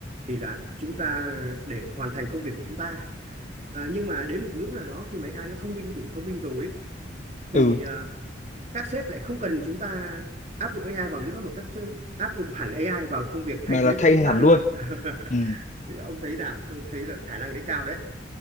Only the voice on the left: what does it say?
ừ
mà
là thay
hẳn
luôn
ừ